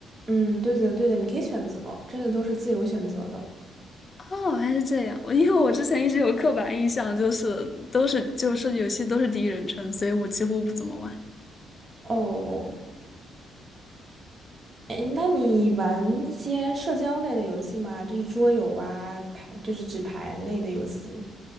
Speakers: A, on the right; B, on the left.
A: 嗯，对的对的，你可以选择，这个都是自由选择的。
B: 哦，还是这样。我因为我之前一直有刻板印象，就是都是就是游戏都是第一人称，所以我几乎不怎么玩。
A: 哦，哎，那你玩一些社交类的游戏吗？就是桌游啊，牌，就是纸牌类的游戏。